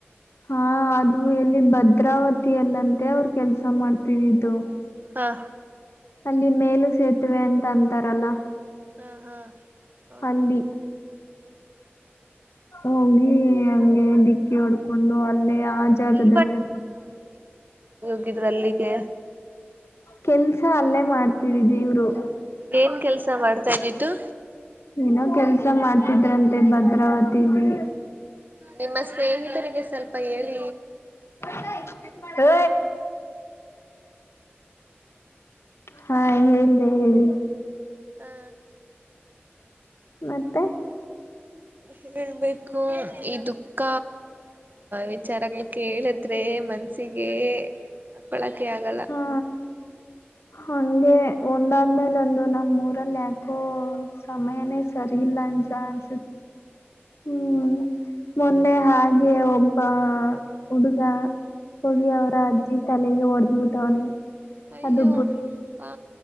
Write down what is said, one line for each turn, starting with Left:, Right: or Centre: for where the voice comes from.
Left: ಹಾ ಅದು ಎಲ್ಲಿ ಭದ್ರಾವತಿಯಲ್ಲಂತೆ ಅವರು ಕೆಲ್ಸ ಮಾಡ್ತಿದ್ದಿದ್ದು
Right: ಹಾ
Left: ಅಲ್ಲಿ ಮೇಲು ಸೇತುವೆ ಅಂತ ಅಂತಾರಲ್ಲ
Right: ಹಾ ಹಾ ಹೌದು
Left: ಅಲ್ಲಿ ಹೋಗಿ ಹಂಗೆ ಡಿಕ್ಕಿ ಹೊಡ್ಕೊಂಡು ಅಲ್ಲೇ ಆ ಜಾಗದಲ್ಲೇ
Right: ಈ ಹೋಗಿದ್ರ ಅಲ್ಲಿಗೆ
Left: ಕೆಲ್ಸ ಅಲ್ಲೇ ಮಾಡ್ತೀರಿ ದೇವ್ರು
Right: ಏನ್ ಕೆಲ್ಸ ಮಾಡ್ತಾ ಇದೀಿ ್ದ
Left: ಏನೋ ಕೆಲ್ಸ ಮಾಡ್ತಿದ್ರಂತೆ ಭದ್ರಾವತಿಲಿ
Right: ನಿಮ್ಮ ಸ್ನೇಹಿತರಿಗೆ ಸ್ವಲ್ಪ ಹೇಳಿ
Left: ಹೈ ಖ ಹಾ ಹೇಳ್ದ ಹೇಳಿ
Right: ಹಾ
Left: ಮತ್ತೆ
Right: ನ್ ಹೇಳ್ಬೇಕು ಈ ದುಃಖ ವಿಚಾರಗಳು ಕೇಳಿದ್ರೆ ಮನ್ಸಿಗೆ ಪ್ಪಳಕೆ ಆಗಲ್ಲ
Left: ಹಾ ಹಂಗೆ ಒಂದಾದ್ಮೇಲೆ ಒಂದು ನಮ್ ಮೂರಲ್ಲಿ ಯಾಕೋ ಸಮಯನೇ ಸರಿ ಇಲ್ಲ ಅನ್ಸ ಅನ್ಸುತ್ತೆ ಹ್ಮ್ ಮೊನ್ನೆ ಹಾಗೆ ಒಬ್ಬ ಹುಡುಗ ಹೋಗಿ
Right: ಹ್ಮ್
Left: ಅವರ ಅಜ್ಜಿ ತಲೆಗೆ ಹೊಡದ್ಬಿಟ್ಟವನನೆ
Right: ಅಯ್ಯೋ
Left: ಅದು
Right: ಆ